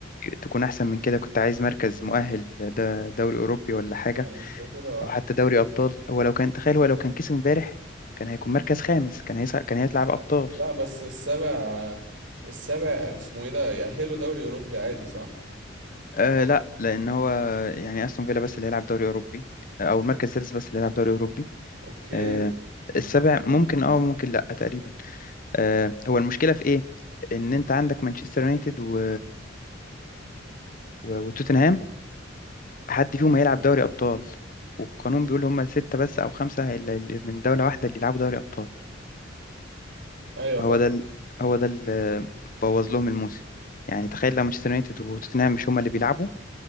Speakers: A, on the left; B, on the right.
A: تكون احسن من كده كنت عايز مركز مؤهل ده دوري اوروبي ولا حاجه
B: انت انت كده آه.
A: او حتى دوري ابطال هو لو كان تخيل هو لو كان كسب امبارح كان هيكون مركز خامس كان هيسع كان هيطلع بابطال
B: لا لا بس السابع آه، السابع اسمه ايه ده يأهله دوري اوروبي عادي صح
A: آه لا لان هو يعني استون فيلا بس اللي هيلعب دوري اوروبي آه، او المركز السادس بس اللي هيلعب دوري اوروبي
B: اوكي
A: آه
B: مم،
A: السابع ممكن اه ممكن لا تقريبا آه هو المشكله في ايه ان انت عندك مانشستر يونايتد و... و... وتوتنهام حد فيهم هيلعب
B: مم.
A: دوري ابطال والقانون بيقول هم ستة بس او خمسة اللي اللي من دولة واحدة اللي يلعبوا دوري ابطال
B: ايوه صح
A: هو ده ال... هو ده اللي بوظ لهم الموسم يعني تخيل لو مانشستر يونايتد وتوتنهام مش هما اللي بيلعبوا